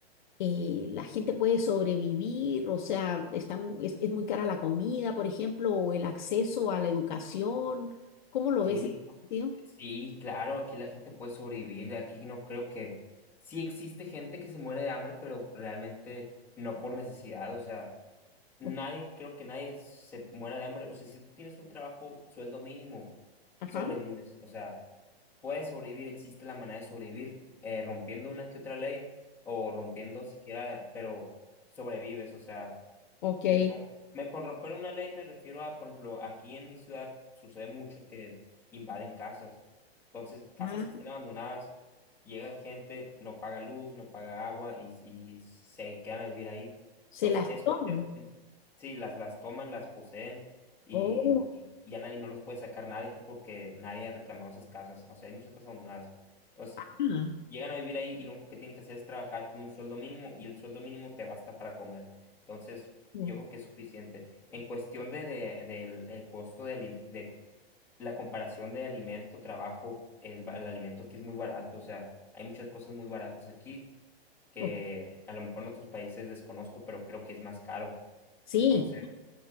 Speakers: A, on the left; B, in the centre.
A: eh, la gente puede sobrevivir? O sea, están, es, es muy cara la comida, por ejemplo, o el acceso a la educación. ¿Cómo lo
B: Sí,
A: ves en ese sentido?
B: Sí, claro, aquí la gente puede sobrevivir, aquí no creo que... Sí existe gente que se muere de hambre, pero realmente no por necesidad, o sea, nadie,
A: Ok,
B: creo que nadie se muera de hambre, o sea, si tú tienes un trabajo, sueldo mínimo,
A: Ajá,
B: sobrevives, o sea, puedes sobrevivir, existe la manera de sobrevivir eh, rompiendo una que otra ley o rompiendo siquiera, pero sobrevives, o sea...
A: ok.
B: No, me, con romper una ley me refiero a, por ejemplo, aquí en mi ciudad sucede mucho que invaden casas. Entonces, casas
A: Ah,
B: que estén abandonadas, llega gente, no paga luz, no paga agua y, y se quedan a vivir ahí.
A: se
B: Entonces,
A: las
B: es,
A: toman.
B: eh, eh, sí, las, las toman, las poseen y,
A: Oh,
B: y, y a nadie no los puede sacar nadie porque nadie ha reclamado esas casas. O sea, hay muchas casas abandonadas. Entonces,
A: ah,
B: llegan a vivir ahí y lo único que tienen que hacer es trabajar con un sueldo mínimo y el sueldo mínimo te basta para comer. Entonces,
A: o-
B: yo creo que es suficiente. En cuestión de, de- del el costo de, alim- de la comparación de alimento, trabajo, el, ba- el alimento aquí es muy barato, o sea, hay muchas cosas muy baratas aquí que
A: o-
B: a lo mejor en otros países desconozco, pero creo que es más caro.
A: sí.
B: Entonces,